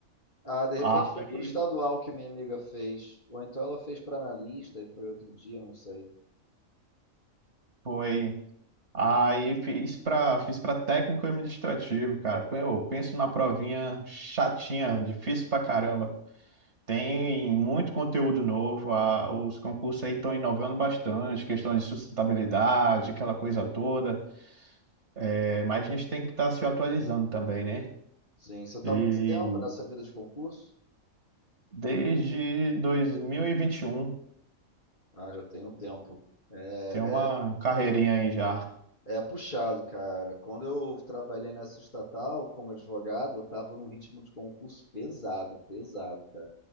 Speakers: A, on the left; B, on the right.
A: ah, de repente
B: Aí
A: foi pro estadual que minha amiga fez. Ou então ela fez pra analista e foi outro dia, não sei.
B: foi. Aí fiz pra fiz para técnico administrativo, cara. Pô, Eu penso numa provinha chatinha, difícil pra caramba. Tem muito conteúdo novo, a- os concursos aí estão inovando bastante, questão de sustentabilidade, aquela coisa toda. É, mas a gente tem que estar se atualizando também, né?
A: Sim, você tá
B: E
A: há muito tempo nessa vida de concurso?
B: desde dois mil e e vinte e um,
A: Ah, já tem um tempo. É
B: tem uma
A: é,
B: carreirinha aí já.
A: é puxado, cara. Quando eu trabalhei nessa estatal como advogado, eu tava num ritmo de concurso pesado, pesado.